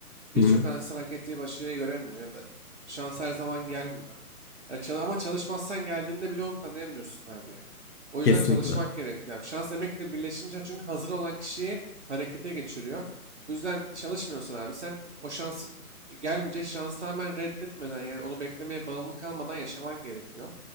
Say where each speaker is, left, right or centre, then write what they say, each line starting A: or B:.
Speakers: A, on the right (about 50°); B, on the left (about 80°).
A: Birçok
B: Hı hı.
A: insan hak ettiği başarıyı göremiyor ya da şans her zaman gelmiyor. Ya çal- ama çalışmazsan geldiğinde bile onu tanıyamıyorsun abi yani. O
B: Kesinlikle.
A: yüzden çalışmak
B: Hı
A: gerekiyor abi. Şans emekle birleşince çünkü hazır olan kişiyi harekete geçiriyor. Bu yüzden çalışmıyorsan abi sen o şansı gelmeyecek şansı tamamen reddetmeden yani onu beklemeye bağımlı kalmadan yaşaman gerekiyor.